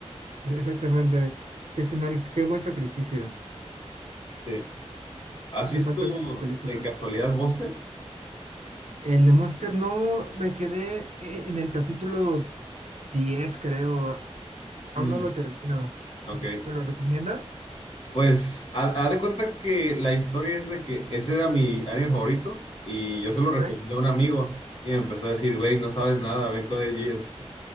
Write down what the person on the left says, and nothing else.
Sí. ¿Has
visto
de casualidad Monster?
Mm,
ok.
Pues, ha, ha de cuenta que la historia es de que ese era mi anime favorito y yo se lo
recomendé a un amigo y me empezó a decir, güey, no sabes nada, ve Code Geass.